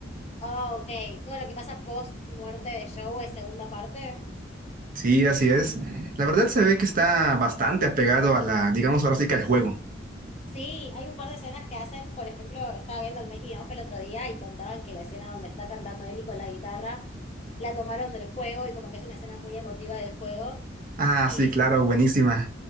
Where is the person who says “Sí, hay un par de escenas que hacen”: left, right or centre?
Left